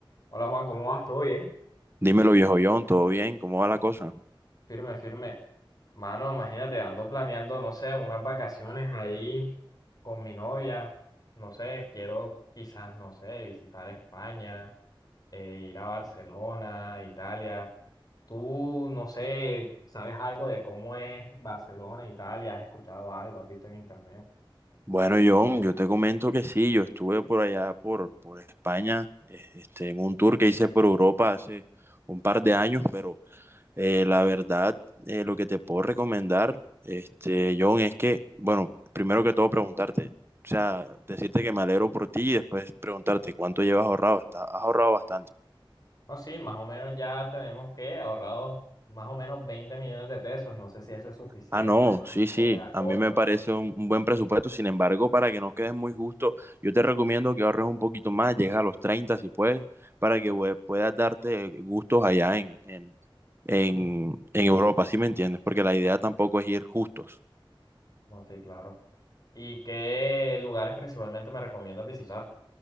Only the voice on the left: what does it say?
Hola Juan, ¿cómo vas? ¿Todo bien?
Firme, firme. Mano, imagínate, ando planeando, no sé, unas vacaciones ahí con mi novia. No sé, quiero quizás, no sé, visitar España, eh, ir a Barcelona, Italia. Tú, no sé, ¿sabes algo de cómo es Barcelona, Italia? ¿Has escuchado algo? ¿Has visto en internet?
No, sí, más o menos ya tenemos que ahorrados más o menos 20 millones de pesos. No sé si eso es suficiente
o,
o queda corto.
No, sí, claro. ¿Y qué lugares principalmente me recomiendas visitar?